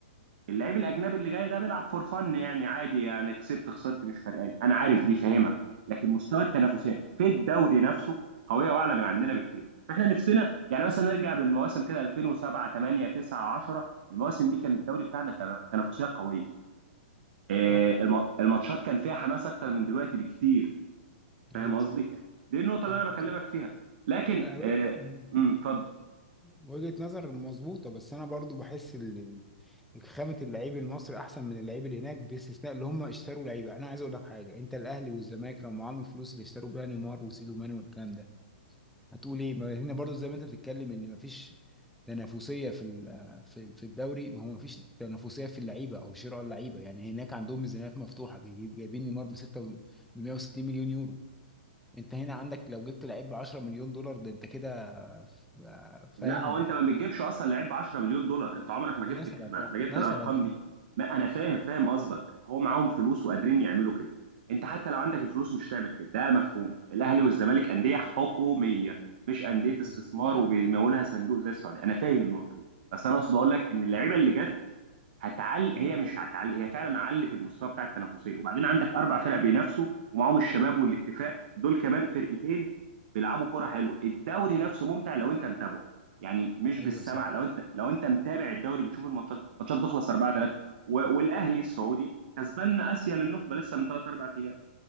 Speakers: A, on the right; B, in the centre.
A: اللعيب الاجنبي اللي جاي ده بيلعب فور فن يعني عادي يعني كسبت خسرت مش فارقه لي انا عارف دي فاهمها لكن مستوى التنافسات في الدوري نفسه قويه واعلى من عندنا بكتير فاحنا نفسنا يعني مثلا نرجع بالمواسم كده 2007 8 9 10 المواسم دي كان الدوري بتاعنا التنا- تنافسيه قويه آه،
B: صح
A: الم- الماتشات كان فيها حماس اكتر من دلوقتي بكتير فاهم
B: ايوه
A: قصدي
B: صح
A: دي النقطه
B: صحيح،
A: اللي انا بكلمك
B: صح
A: فيها لكن
B: لا، وج-
A: آه،
B: مم.
A: امم اتفضل
B: وجهة نظر مظبوطة بس أنا برضو بحس ال- ال- خامة اللعيب المصري أحسن من اللعيب اللي هناك باستثناء اللي هم اشتروا لعيبة أنا عايز أقول لك حاجة أنت الأهلي والزمالك لما معاهم الفلوس اللي اشتروا بيها نيمار وسيدو ماني والكلام ده هتقول إيه ما هنا برضو زي ما أنت بتتكلم إن مفيش تنافسية في ال- في في الدوري ما هو مفيش تنافسية في اللعيبة أو شراء اللعيبة يعني هناك عندهم ميزانيات مفتوحة بيجيب جايبين نيمار ب 6 ب 160 مليون يورو انت هنا عندك لو جبت لعيب ب 10 مليون دولار ده انت كده ف- فاهم
A: لا هو انت ما بتجيبش اصلا لعيب ب 10 مليون دولار انت عمرك ما جبت
B: مثلا
A: ما
B: يعني
A: ما جبت
B: مثلا
A: الارقام
B: يعني
A: دي ما انا فاهم فاهم قصدك هو معاهم فلوس وقادرين يعملوا كده انت حتى لو عندك الفلوس مش هتعمل كده ده مفهوم الاهلي والزمالك انديه حكوميه مش انديه
B: مظبوط
A: استثمار وبيمولها صندوق زي السعوديه انا فاهم النقطه دي بس انا اقصد اقول لك ان اللعيبه اللي جت هتعلي هي مش هتعلي هي فعلا علت المستوى بتاع التنافسيه وبعدين عندك اربع فرق بينافسوا ومعاهم الشباب والاتفاق دول كمان فرقتين بيلعبوا كوره حلوه الدوري نفسه ممتع لو انت متابعه يعني مش
B: ايوه
A: بالسمع
B: صح
A: لو انت لو انت متابع الدوري بتشوف الماتشات الماتشات بتخلص 4 3 والاهلي السعودي كسبان اسيا للنخبه لسه من 3 4 ايام